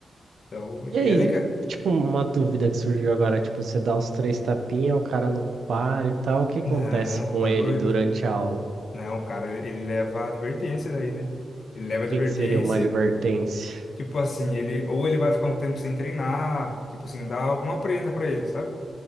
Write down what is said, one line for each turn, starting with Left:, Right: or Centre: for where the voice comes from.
Left: Então, e
Right: E aí,
Left: é legal.
Right: tipo, uma dúvida que surgiu agora, tipo, você dá os três tapinhas, o cara não para e tal, o que acontece
Left: Não,
Right: com
Left: tá
Right: ele
Left: doido?
Right: durante a aula?
Left: Não, cara, ele ele leva advertência daí, né? Ele leva
Right: O que
Left: advertência
Right: que seria uma advertência?
Left: Tipo assim, ele ou ele vai ficar um tempo sem treinar, tipo assim, dá alguma prenda pra ele, sabe?